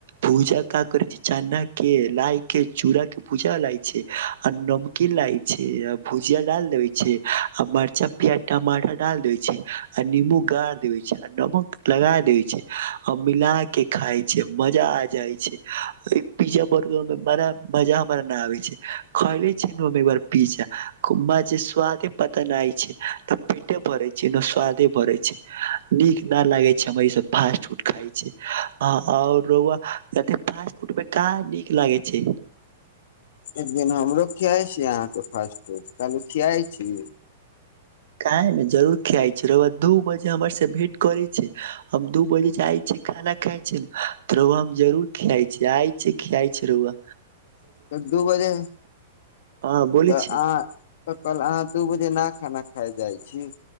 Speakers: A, on the right; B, on the left.
A: भूजा का करई छैय चना के लााय के चूड़ा के भूजा लागै छैय आ नमकीन लागै छैय आ भुजिया डाल देेबई छैय आ मर्चा प्याज टमाटर डाल देय छैय आ नंबू गाार देबय छैय आ नमक लगा देय छैयआ मिला के खााय छैय मजा आ जाय छैय पिज्जा बर्गर में बड़ मजा हमरा न आबे छैय खायले छी ने एकार पिज्जा जे स्वादे पत न आ छैय त पेटे भरे छैय ने स्वादे बरे छैय नीक न लागे छैय हमर इसभ फास्ट फूड खाइ छैय आओर रउआ फास्ट फूड मे काँ नीक लागे छैय
B: एक दिन हमरो खियाइ छी अहाँके फास्ट फूड कहलू खियाइ छी
A: काहे ने जरूर खियाइ छैय रौुआ दू बजे हमर से भेंट करै छैय हम दू बजे जाइ छै खाना खााय छैय ने तऽ रुउआ हम जरूर खियाइ छी आइ छीै खियाइ छैय रौआ
B: त दू बजे
A: हाँ बोलै
B: तऽ
A: छै
B: अहाँ तऽ कल अहाँ दू बजे न खाना खाय जाइ छी